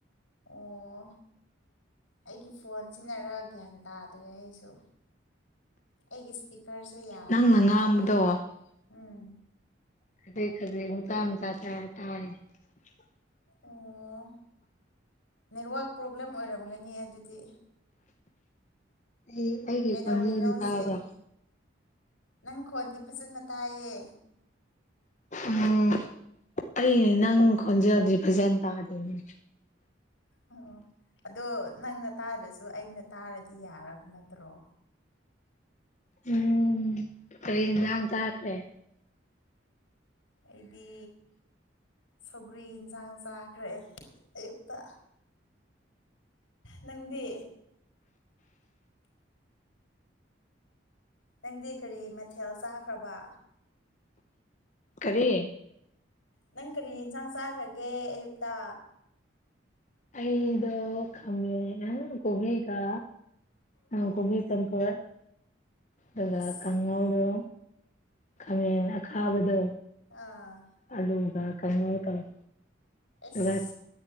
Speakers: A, on the left; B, on the left.
A: ꯑꯣ ꯑꯩꯒꯤ ꯐꯣꯟ ꯁꯤꯟꯅꯔ ꯒ꯭ꯌꯥꯟ ꯇꯥꯗ꯭ꯔꯦ ꯑꯩꯁꯨ ꯑꯩꯒꯤ ꯏꯁꯄꯤꯀꯔꯁꯦ ꯌꯥꯗꯕ
B: ꯅꯪꯅ ꯉꯥꯡꯕꯗꯣ
A: ꯃꯥꯜꯂꯦ ꯎꯝ
B: <unintelligible> <unintelligible>
A: ꯑꯣ ꯅꯦꯠꯋꯥꯛ ꯄ꯭ꯔꯣꯕꯂꯦꯝ ꯑꯣꯏꯔꯝꯒꯅꯤ ꯑꯗꯨꯗꯤ
B: ꯑꯦ ꯑꯩꯒꯤ
A: ꯀꯩꯗꯧꯔꯤꯅꯣ
B: ꯈꯣꯟꯖꯦꯜꯗꯤ
A: ꯍꯧꯖꯤꯛ
B: ꯇꯥꯕ꯭ꯔꯥ
A: ꯅꯪ ꯈꯣꯟꯗꯤ ꯐꯖꯅ ꯇꯥꯏꯌꯦ
B: ꯎꯝ ꯑꯩ ꯅꯪ ꯈꯣꯟꯖꯦꯜꯗꯤ ꯐꯖꯅ ꯇꯥꯗꯦꯅꯦ
A: ꯑꯣ ꯑꯗꯣ ꯅꯪꯅ ꯇꯥꯗ꯭ꯔꯁꯨ ꯑꯩꯅ ꯇꯥꯔꯗꯤ ꯌꯥꯔꯕ ꯅꯠꯇ꯭ꯔꯣ
B: ꯎꯝ ꯀꯔꯤ ꯏꯟꯖꯥꯡ ꯆꯥꯈ꯭ꯔꯦ
A: ꯑꯩꯗꯤ ꯁꯧꯒ꯭ꯔꯤ ꯏꯟꯖꯥꯡ ꯆꯥꯈ꯭ꯔꯦ ꯑꯌꯨꯛꯇ ꯅꯪꯗꯤ ꯅꯪꯗꯤ ꯀꯔꯤ ꯃꯊꯦꯜ ꯆꯥꯈ꯭ꯔꯕ
B: ꯀꯔꯤ
A: ꯅꯪ ꯀꯔꯤ ꯏꯟꯁꯥꯡ ꯆꯥꯈ꯭ꯔꯒꯦ ꯑꯌꯨꯛꯇ
B: ꯑꯩꯗꯣ ꯈꯃꯦ ꯑ ꯀꯣꯕꯤꯒ ꯑ
A: ꯎꯝ
B: ꯀꯣꯕꯤ ꯆꯝꯊꯣꯡ ꯑꯗꯨꯒ
A: ꯑꯁ
B: ꯀꯥꯡꯉꯧꯗꯣ ꯈꯥꯃꯦꯟ ꯑꯈꯥꯕꯗꯣ
A: ꯑꯥ
B: ꯑꯂꯨꯒ ꯀꯥꯡꯉꯧ ꯇꯧꯌꯦ
A: ꯑꯁ
B: ꯑꯗꯨꯒ